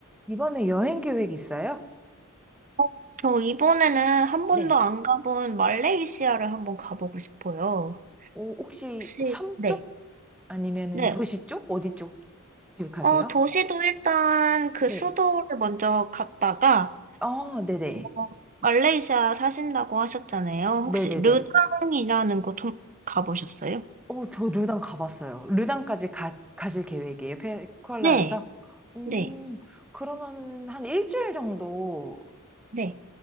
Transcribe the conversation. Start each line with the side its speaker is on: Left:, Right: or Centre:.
Centre: 이번에 여행 계획 있어요?
Right: 어, 저 이번에는 한
Centre: 네.
Right: 번도 안 가본 말레이시아를 한번 가보고 싶어요.
Centre: 오 혹시
Right: 혹시,
Centre: 섬
Right: 네.
Centre: 쪽? 아니면은
Right: 네.
Centre: 도시 쪽? 어디 쪽 계획하세요?
Right: 어, 도시도 일단 그
Centre: 네.
Right: 수도를 먼저 갔다가,
Centre: 어, 네네.
Right: 어, 말레이시아 사신다고 하셨잖아요.
Centre: 네네네.
Right: 혹시 르당이라는 곳 좀 가보셨어요?
Centre: 어, 저 르당 가봤어요. 르당까지 가, 가실 계획이에요. 페쿠알라에서?
Right: 네.
Centre: 음,
Right: 네.
Centre: 그러면은 한 일주일 정도
Right: 네.